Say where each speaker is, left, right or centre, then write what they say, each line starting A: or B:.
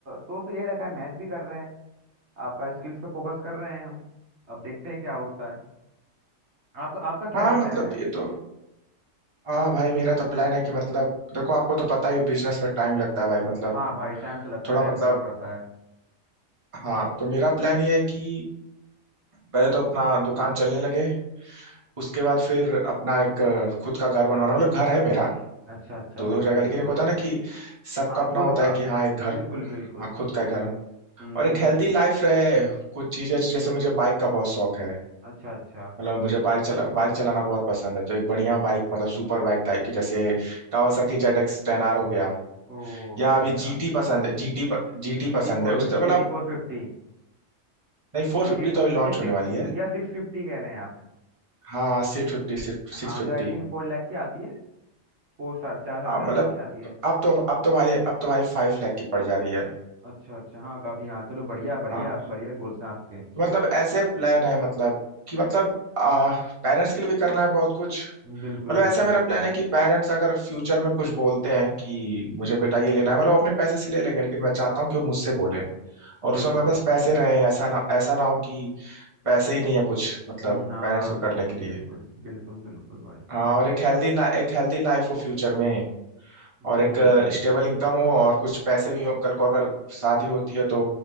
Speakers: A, on the right; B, on the right.
A: सोच तो ये रखा है मैथ भी कर रहे हैं आपका स्किल्स पे फोकस कर रहे हैं हम अब देखते हैं क्या होता है आपका आपका क्या
B: हाँ
A: है प्लान
B: मतलब
A: है
B: ये तो हाँ भाई मेरा तो प्लान है कि मतलब देखो आपको तो पता ही बिजनेस में टाइम लगता है भाई मतलब
A: हाँ भाई टाइम तो लगता
B: थोड़ा
A: है टाइम
B: मतलब
A: देना पड़ता है
B: हाँ तो मेरा प्लान ये है कि पहले तो अपना दुकान चलने लगे उसके बाद फिर अपना एक अ, खुद का घर बनवाना मतलब घर है मेरा
A: अच्छा अच्छा
B: दो दो
A: बिल्कुल
B: जगह लेकिन
A: बिल्कुल
B: एक होता है ना कि सबका
A: हाँ
B: अपना
A: खुद
B: होता
A: का
B: है कि हाँ एक घर
A: बिल्कुल बिल्कुल
B: हाँ खुद का घर
A: हम्म
B: और
A: बिल्कुल
B: एक हेल्दी
A: बिल्कुल
B: लाइफ रहे कुछ चीजें जैसे मुझे बाइक का बहुत शौक है
A: अच्छा अच्छा
B: मतलब मुझे बाइक चला बाइक चलाना बहुत पसंद है तो एक बढ़िया
A: हम्म,
B: बाइक मतलब सुपर बाइक टाइप की जैसे कावासाकी जेड एक्स टेन आर हो गया
A: ओ
B: या
A: बढ़िया
B: अभी जीटी पसंद है जीटी जीटी
A: G
B: पसंद
A: T four
B: है उस तरह
A: G
B: मतलब
A: T फोर फिफ्टी
B: नहीं फोर
A: ये
B: फिफ्टी
A: जी
B: तो अभी लॉन्च
A: ये सिक्स
B: होने वाली है
A: या सिक्स फिफ्टी कह रहे हैं आप
B: हाँ सिक्स फिफ्टी सिक्स
A: हाँ
B: फिफ्टी
A: जो आई थिंक फोर लाख की आती है फोर सा, चार साढ़े
B: आ,
A: चार
B: मतलब
A: लाख की आती है
B: अब तो अब तो भाई अब तो भाई फाइव लाख की पड़ जा रही है
A: अच्छा अच्छा हाँ काफी हाँ चलो बढ़िया बढ़िया
B: हाँ
A: आप बढ़िया गोल्स हैं आपके
B: तो मतलब ऐसे प्लान है मतलब कि मतलब आ, पेरेंट्स के लिए भी करना है बहुत कुछ
A: बिल्कुल
B: मतलब
A: बिल्कुल
B: ऐसा मेरा
A: बिल्कुल
B: प्लान है कि पेरेंट्स अगर फ्यूचर में कुछ बोलते हैं कि मुझे बेटा ये लेना है मतलब वो अपने पैसे से ले लेंगे लेकिन मैं चाहता हूँ कि वो मुझसे बोले और उसमें
A: बिल्कुल
B: मेरे पास पैसे रहे ऐसा ना ऐसा ना हो कि पैसे ही नहीं है कुछ मतलब
A: हम्म हाँ
B: पेरेंट्स को करने
A: बिल्कुल
B: के लिए
A: बिल्कुल बिल्कुल बिल्कुल भाई
B: हाँ और एक हेल्दी एक हेल्दी लाइफ हो फ्यूचर में और
A: हम्म
B: एक स्टेबल इनकम हो और कुछ पैसे भी हो कल को अगर शादी होती है तो